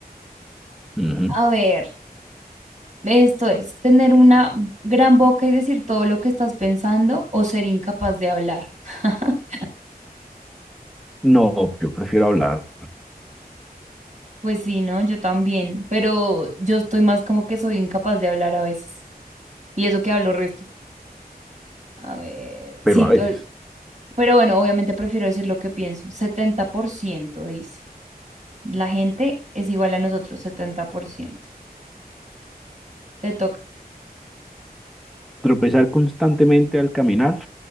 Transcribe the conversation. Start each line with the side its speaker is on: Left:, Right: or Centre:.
Centre: Ujú.
Right: A ver, Esto es tener una gran boca y decir todo lo que estás pensando o ser incapaz de hablar. <laughs>
Centre: No, yo prefiero hablar.
Right: Pues sí, ¿no? Yo también, pero yo estoy más como que soy incapaz de hablar a veces. Y eso que hablo resto. A ver,
Centre: pero
Right: sí,
Centre: a veces.
Right: tol- pero bueno, obviamente prefiero decir lo que pienso. setenta por ciento dice. La gente es igual a nosotros, setenta por ciento Te toca.
Centre: Tropezar constantemente al caminar